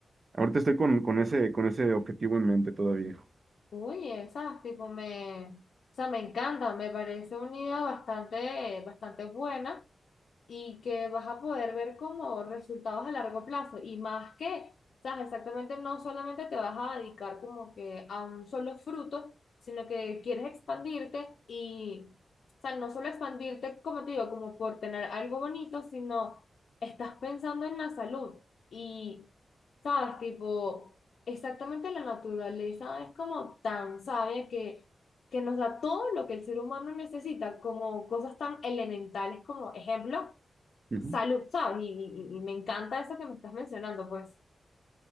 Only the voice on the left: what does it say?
Oye, esas tipo me, o sea, me encanta, me parece una idea bastante, bastante buena. y que vas a poder ver como resultados a largo plazo y más que, sabes, exactamente no solamente te vas a dedicar como que a un solo fruto, sino que quieres expandirte y, o sea, no solo expandirte, como te digo, como por tener algo bonito, sino estás pensando en la salud y, sabes, tipo, exactamente la naturaleza es como tan sabia que que nos da todo lo que el ser humano necesita, como cosas tan elementales como ejemplo,
salud, ¿sabes? Y, y- y me encanta eso que me estás mencionando, pues.